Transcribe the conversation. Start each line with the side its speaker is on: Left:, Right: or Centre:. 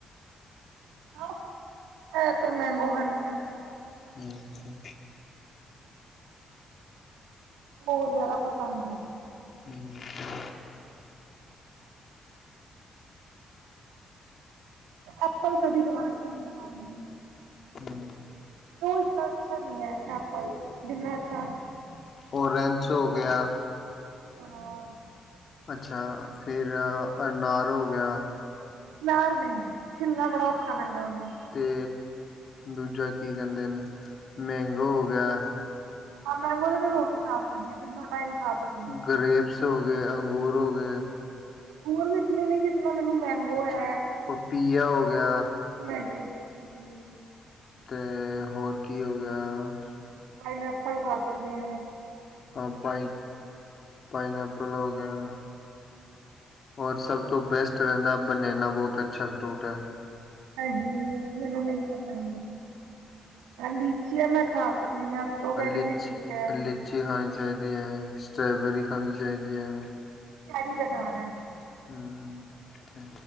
Right: ਅਪ, ਐਹ ਤੇ ਮੈਂਗੋ ਖਾਨੀ ਆ।
Left: ਹੂੰ, ਅੱਛਾ।
Right: ਓ ਜਾਦਾ ਪਸੰਦ ਐ।
Left: ਹੂੰ, ਚ?
Right: ਐਪਲ, ਕਦੀ ਦੁਬਾਰਾ ਅੱਛਾ ਲੱਗਦੈ ਰੋਜ ਨੀ।
Left: ਹੂੰ।
Right: ਓ ਇਤਨਾ ਅੱਛਾ ਨੀ ਹੈ, ਐਪਲ ਜਿਨਾ ਅੱਛਾ।
Left: ਔਰੈਂਚ, ਹੋ ਗਿਆ।
Right: ਹਾਂ
Left: ਅੱਛਾ। ਫੇਰ ਅਨਾਰ ਹੋ ਗਿਆ।
Right: ਅਨਾਰ ਨਹੀਂ ਛਿੱਲਨਾ ਬੜਾ ਔਖਾ ਲੱਗਦਾ। ਉਹਨੂੰ
Left: ਤੇ ਦੂਜਾ ਕੀ ਕਹਿੰਦੇ ਨੇ ਮੈਂਗੋ ਹੋ ਗਿਆ।
Right: ਹਾਂ। ਮੈਗੋ ਤੇ ਮੈਂ ਰੋਜ ਖਾ ਸਕਦੀ ਹਾਂ। ਤਿੰਨੋ ਟਾਈਮ ਖਾ ਸਕਦੀਆਂ।
Left: ਗਰੇਪਸ ਹੋ ਗਏ, ਅੰਗੂਰ ਹੋ ਗਏ।
Right: ਅੰਗੂਰ ਵਿਚ ਵੀ ਨੀ ਜਿਤਨਾ ਮੈਨੂੰ ਮੈਗੋ
Left: ਅੱਛਾ।
Right: ਹੈ।
Left: ਪਪੀਆ ਹੋ ਗਿਆ।
Right: ਨਹੀਂ ਬਿਲਕੁੱਲ ਵੀ ਨਹੀਂ।
Left: ਤੇ ਹੋਰ। ਕੀ ਹੋ ਗਿਆ?
Right: ਪਾਇਨ ਐਪਲ ਖਾ ਸਕਦੀ ਹੇ।
Left: ਹਾਂ। ਪਾ ਪਾਈਨ ਐਪਲ ਹੋ ਗਿਆ। ਔਰ ਸਭ ਬੈਸਟ ਰਹਿੰਦਾ। ਬਨੈਨਾ ਬਹੁਤ ਅੱਛਾ ਫਰੂਟ ਹੈ।
Right: ਨਹੀਂ। ਮੈਨੂੰ ਨਹੀਂ ਪਸੰਦ। ਲੀਚੀਆ ਮੈਂ ਖਾ ਸਕਦੀ ਹਾਂ। ਸਟ੍ਰੋਬੈਰੀ
Left: ਲਿਚ
Right: ਵੀ ਠੀਕ ਹੈ।
Left: ਲੀਚੀ ਖਾਣੀ ਚਾਹੀਦੀ ਹੈ। ਸਟ੍ਰਾਬੇਰੀ ਖਾਣੀ ਚਾਹੀਦੀ ਹੈ।
Right: ਕਾਦੀ ਦੁਕਾਨ ਹੈ? <inaudible>
Left: ਹੂ - ਹੂ।